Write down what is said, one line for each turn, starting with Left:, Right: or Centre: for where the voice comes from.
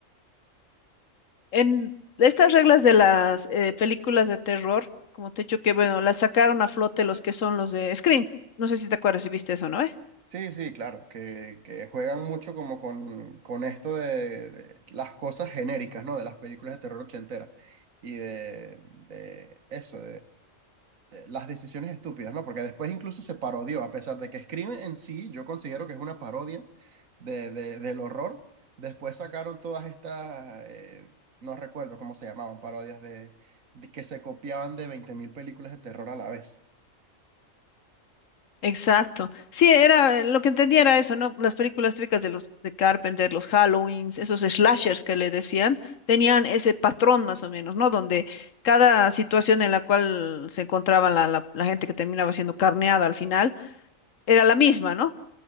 Left: En estas reglas de las eh, películas de terror, como te he dicho que, bueno, las sacaron a flote los que son los de Scream. No sé si te acuerdas si viste eso, ¿no? eh?
Right: Sí, sí, claro, que, que juegan mucho como con, con esto de, de las cosas genéricas, ¿no? De las películas de terror ochenteras y de, de eso, eh, las decisiones estúpidas, ¿no? Porque después incluso se parodió, a pesar de que Scream en sí, yo considero que es una parodia de, de- del horror. Después sacaron todas estas, eh, no recuerdo cómo se llamaban, parodias de, de que se copiaban de 20.000 películas de terror a la vez.
Left: Exacto. Sí, era eh, lo que entendía era eso, ¿no? Las películas típicas de los de Carpenter, los Halloweens, esos slashers que le decían, tenían ese patrón más o menos, ¿no? Donde cada situación en la cual se encontraba la, la- la gente que terminaba siendo carneada al final era la misma, ¿no?